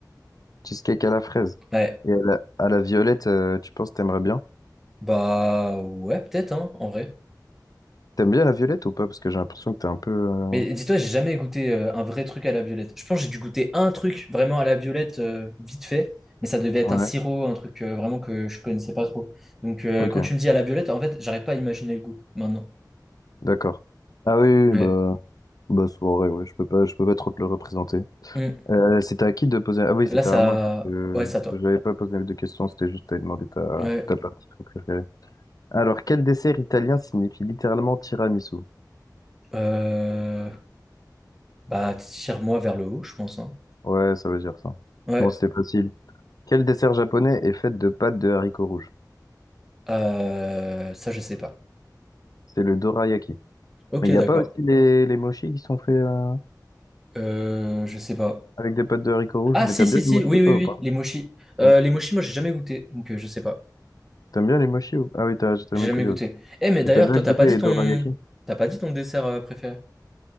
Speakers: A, on the left; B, in the centre.
A: Cheesecake à la fraise.
B: Ouais.
A: Et à la, à la violette, euh, tu penses que t'aimerais bien?
B: Bah ouais, peut-être, hein, en vrai.
A: T'aimes bien la violette ou pas? Parce que j'ai l'impression que t'es un peu. euh,
B: Mais dis-toi, j'ai jamais goûté euh, un vrai truc à la violette. Je pense que j'ai dû goûter un truc vraiment à la violette, euh, vite fait, mais ça devait être
A: Ouais.
B: un sirop, un truc euh, vraiment que je connaissais pas trop. Donc euh,
A: Ok.
B: quand tu me dis à la violette, en fait, j'arrive pas à imaginer le goût maintenant.
A: D'accord. Ah oui, oui,
B: Ouais.
A: oui, bah, bah soirée, ouais. Je peux pas, je peux pas trop te le représenter.
B: Hmm.
A: Euh, c'était à qui de poser... Ah oui,
B: Là,
A: c'était
B: ça...
A: à moi. Euh,
B: Ouais, ça toi.
A: je n'avais pas posé de questions, c'était juste à demander ta,
B: Ouais.
A: ta partie préférée. Alors, quel dessert italien signifie littéralement tiramisu?
B: Euh, Bah, tire-moi vers le haut, je pense, hein.
A: Ouais, ça veut dire ça.
B: Ouais.
A: Bon, c'est facile. Quel dessert japonais est fait de pâtes de haricots rouges?
B: Euh, Ça, je sais pas.
A: C'est le dorayaki.
B: Ok,
A: Mais il n'y
B: d'accord.
A: a pas aussi les, les mochis qui sont faits euh,
B: Euh, je sais pas.
A: avec des pâtes de haricots rouges?
B: Ah
A: Mais
B: si
A: t'aimes
B: si
A: bien
B: si
A: les mochis,
B: oui oui
A: toi,
B: oui
A: ou pas?
B: les mochis Euh,
A: Hein
B: les mochis moi j'ai jamais goûté donc euh, je sais pas
A: T'aimes bien les mochis ou... Ah oui, t'as t'as
B: j'ai
A: jamais
B: jamais
A: goûté.
B: goûté
A: ok.
B: eh mais d'ailleurs
A: Et t'as déjà
B: toi
A: goûté
B: t'as pas
A: les
B: dit ton
A: dorayaki?
B: t'as pas dit ton dessert euh, préféré